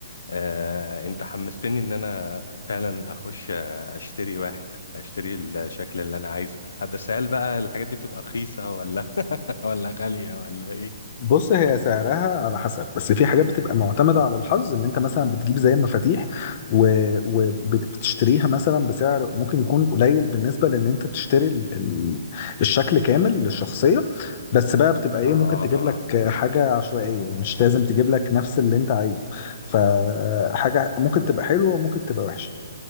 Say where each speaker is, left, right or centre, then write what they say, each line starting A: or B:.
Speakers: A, on the left; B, on the left.
A: آه انت حمستني ان انا فعلا اخش اشتري واحد اشتري الشكل اللي انا عايزه بس هل بقى الحاجات دي بتبقى رخيصه ولا <laughs> ولا غاليه ولا ايه
B: بص هي سعرها على حسب بس في حاجات بتبقى معتمدة على الحظ ان انت مثلا بتجيب زي مفاتيح وبتشتريها مثلا بسعر ممكن يكون قليل بالنسبة لان انت تشتري ال- ال- الشكل كامل للشخصية بس بقى بتبقى ايه
A: اه
B: ممكن تجيب لك حاجة عشوائية يعني مش لازم تجيب لك نفس اللي انت عايزه فحاجة ممكن تبقى حلوة وممكن تبقى وحشة